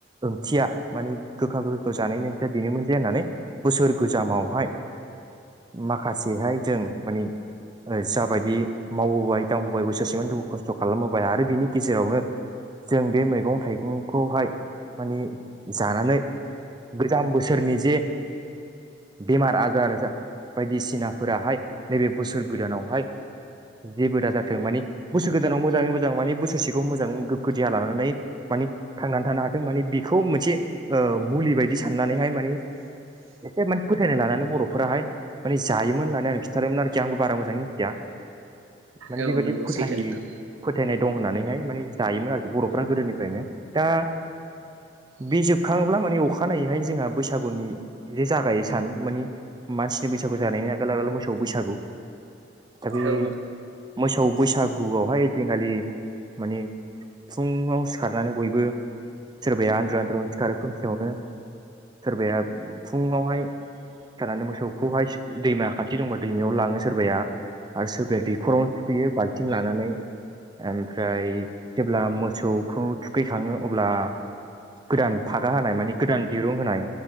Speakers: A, on the right; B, on the right.
A: ओंथिया माने गोखा गोखैखौ जानायनि ओंथिया बेनोमोन जे होननानै बोसोर गोजामावहाय माखासेहाय जों माने जाबायदि मावबोबाय दांबोबाय बोसोरसेमोन दखौ खस्थ' खालामबोोबबाय आरो बिनि गेजेरावनो जों बे मैगं थाइगंखौहाय माने जानानै गोजाम बोसोरनि जे बेमार आजार जा बायदिसिनाफोराहाय नैबे बोसोर गोदानावहाय जेबो दाजाथों मानि बोसो गोदानाव मोजाङै मोजां माने बस थोरसेखौ मोजाङ गोग्खोया लानानै मान थांनानै थानो हाथों मान बेखौ मोनसे म बेबायदि साननानैहाय माने एसे मान फोथायनाय लानानै बर'फोराहाय माने जायोमोन होननानै आं खिन्थादोंोमोन आरोखि आंबो बारा मोजाङै मिथिया माने
B: औ
A: बेबायदि
B: नंगौ
A: फोथाय
B: सैथो नोंथां
A: फोथायनाय दं होननानै माने जायोमोन आरोखि बर'फ गोदोनिफ्रायनो दा
B: <inaudible>
A: बे जोबखाङोब्ला माने अखानायैहाय जोंहा बैसागुनि जे जागायो सान माने मानसिनि बै बैसागु जानायनि आगोल आगोलाव मोसौआव बैसागु दा बे
B: औ नोंथां
A: मोसौ बैसागुआवहाय ओदिनखालि माने फुङाव सिखारनानै बयबो सोरबाया आन्द्रु आन्द्रुनो सिखारो खोमसेयावनो सोरबाया फुङावहाय जानानै मोसौखौहाय दैमा खाथि दंबा दैमायाव लाङो सोरबाया आरो सोरबाया दैखरावनो थुखैयो बाल्थिं लानानै म ओमफ्राय जेब्ला मोसौखौ थुखैखाङो अब्ला गोदान फागा होनाय माने गोदान दिरुं होनाय